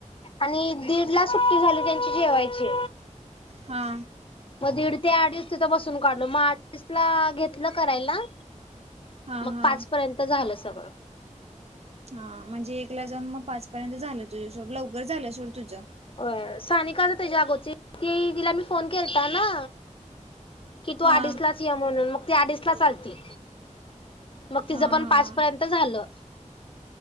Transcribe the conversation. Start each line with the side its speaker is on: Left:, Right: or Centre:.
Left: आणि दीड ला सुट्टी झाली त्यांची जेवायची
Right: हा
Left: मग दीड ते अडीच तिथं बसून काढलो मग अडीच ला घेत तथलं करायला ना
Right: हा
Left: मग
Right: हा
Left: पाच पर्यंत झालं सगळं
Right: हा म्हणजे एकला जाऊन मग पाच पर्यंत झालं तुझ्या सोड लवकर झालं सोड तुझं
Left: अ साने का जातच्या अगोदची ती तिला मी फोन केलता ना कि तू
Right: हा
Left: अडीच लाच ये म्हणून मग ती अडीच ला चालते मग तिचं
Right: हा
Left: पण
Right: हा
Left: पाच पर्यंत झालं